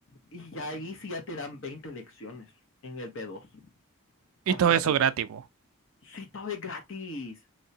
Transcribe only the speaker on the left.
y ahí sí ya te dan 20 lecciones en el B2.
O
sea,
sí, todo es gratis.